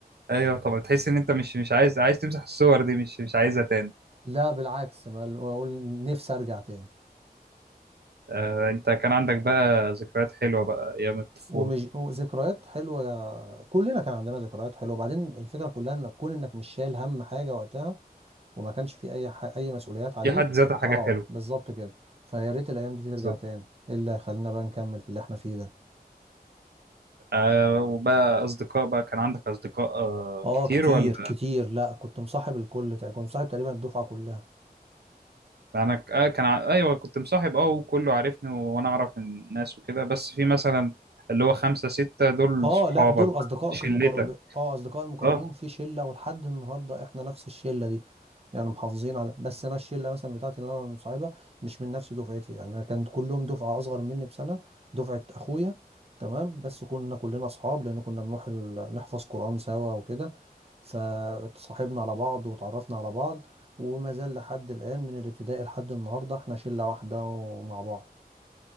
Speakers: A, on the right (about 80°); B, on the right (about 40°).
A: ايوه طبعا تحس ان انت مش مش عايز عايز تمسح الصور دي مش مش عايزها تاني
B: لا بالعكس ما اقول نفسي ارجع تاني
A: آه، انت كان عندك بقى ذكريات حلوه بقى ايام الطفوله
B: ومش ذكريات حلوه كلنا كان عندنا ذكريات حلوه وبعدين الفكره كلها ان تكون انك مش شايل هم حاجه وقتها وما كانش في اي ح... اي مسؤوليات عليك
A: دي حد ذاتها
B: اه
A: حاجه حلوه
B: بالظبط كده فيا ريت الايام دي ترجع
A: بالظبط
B: تاني ايه اللي خلينا بقى نكمل في اللي احنا فيه ده
A: آه وبقى اصدقاء بقى كان عندك اصدقاء آه
B: اه
A: كتير
B: كتير
A: ولا
B: كتير لا كنت مصاحب الكل تق- كنت مصاحب تقريبا الدفعه كلها
A: يعني انا ك- آه كان ع- ايوه كنت مصاحب اه وكله عارفني وانا اعرف الناس وكده بس في مثلا اللي هو خمسه سته دول
B: اه
A: صحابك
B: لا دول اصدقائك
A: شلتك
B: المقربين اه اصدقائي المقربين
A: اه
B: في شله ولحد النهارده احنا نفس الشله دي يعني محافظين على بس انا الشله مثلا بتاعتي اللي انا مصاحبها مش من نفس دفعتي يعني انا كانت كلهم دفعه اصغر مني بسنه دفعه اخويا تمام بس كنا كلنا اصحاب لان كنا بنروح ال- نحفظ قران سوا وكده فاتصاحبنا على بعض وتعرفنا على بعض وما زال لحد الان من الابتدائي لحد النهارده احنا شله واحده ومع بعض